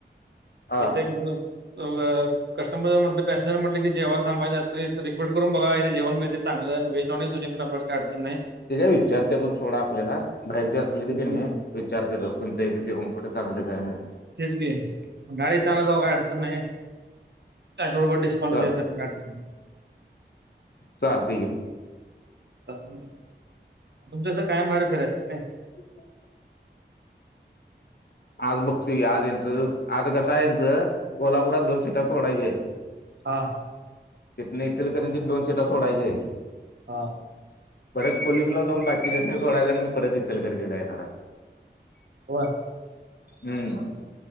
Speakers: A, on the left (about 60°); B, on the right (about 65°).
A: हा
B: <unintelligible> कस्टमर म्हटलं पॅसेंजर म्हटल कि जेवाल थांबाईच असतं, रिक्वेट करून बघा इेथे जेवण मिळत चांगलं, वेज नॉनव्हेज दोन्ही पण आपल्याला काई अडचण नाही.
A: ते काय विचारते मंग सोडा आपल्याला, बाहेरचे असले
B: तेच
A: तख
B: की
A: म विचार कर तुमच्या इथ जेऊन कुठं चांगलं काय नाही?
B: तेच गे गाडीतना जाऊ काय अडचण नही. का थोडफार डिस्काउंट
A: चल
B: देत्यात <unintelligible>
A: चालतं की.
B: तसं तुमच्यास कायम बाहेर फिरायच का नाही?
A: <inaudible> आज बघ तु की, आज यांचं आज कसं हाय यांचं, कोल्हापुरात दोन सोडायची ये.
B: हां
A: इतन इचलकरंजीत दोन सीटा सोडायचे आहेत.
B: हा
A: परत पलूसला जाऊन बाकीच्यास सोडायचं आणि मी परत इचलकरंजीला येणार आहे.
B: होय
A: हम्म